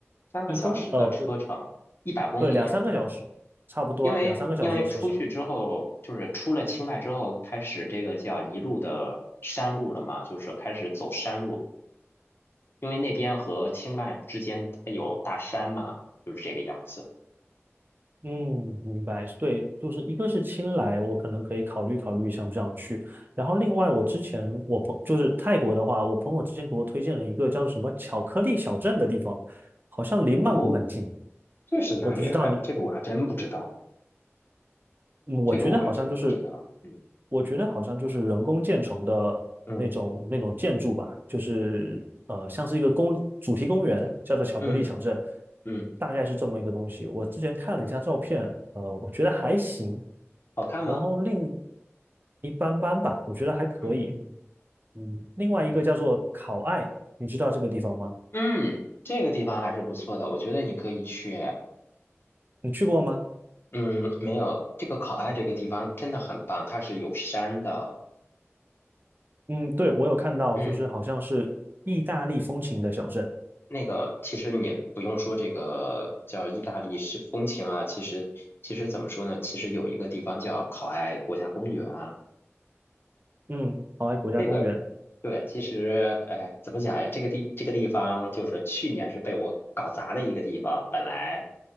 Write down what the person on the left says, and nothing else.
三个小时的车程，
一百公里。
因为因为出去之后，就是出了清迈之后，开始这个叫一路的山路了嘛，就是开始走山路。因为那边和清迈之间它有大山嘛，就是这个样子。
哦，这是哪里啊？
还这个我还真不知道，
这个我还真的不知道。嗯
嗯
嗯嗯
好看吗？
嗯
嗯，这个地方还是不错的，我觉得你可以去。
嗯，没有，这个考爱这个地方真的很棒，它是有山的。
嗯，
那个其实你不用说这个叫意大利式风情啊，其实其实怎么说呢？其实有一个地方叫考爱国家公园啊，
这个对，其实哎，怎么讲呀？这个地这个地方就是去年是被我搞砸的一个地方，本来